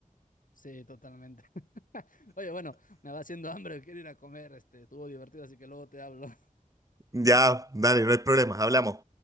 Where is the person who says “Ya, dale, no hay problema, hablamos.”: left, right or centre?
Right